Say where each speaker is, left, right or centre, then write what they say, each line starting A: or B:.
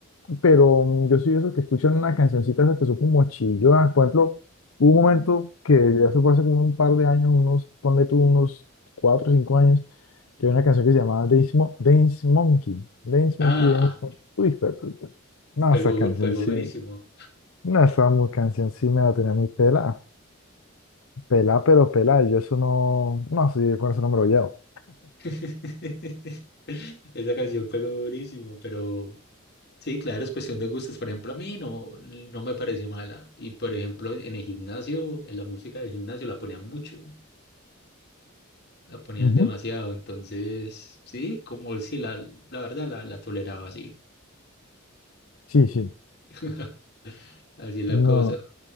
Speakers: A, on the left; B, on the left.
A: pero mm, yo soy de esos que escuchan una cancioncita esas que son como chillonas. Por ejemplo, hubo un momento que eso fue hace como un par de años, unos, ponle tú unos cuatro o cinco años, que había una canción que se llamaba Dance, Mo- Dance Monkey. Dance
B: Ah,
A: Monkey, Dance Mon- Uy, espera, espera, espera. No,
B: pegó,
A: esa canción
B: pegó
A: sí.
B: durísimo.
A: No, esa mu- canción sí me la tenía muy pelada. Pelada, pero pelada. y Yo eso no. No, sí, yo con eso no me lo llevo.
B: <laughs> Esa canción pegó durísimo, pero... Sí, claro, es cuestión de gustos. Por ejemplo, a mí no, no me parece mala. Y por ejemplo, en el gimnasio, en la música del gimnasio la ponían mucho, la ponían
A: Ujú.
B: demasiado. Entonces, sí, como si la, la verdad la, la toleraba así.
A: Sí, sí.
B: <laughs> Así es la
A: No.
B: cosa.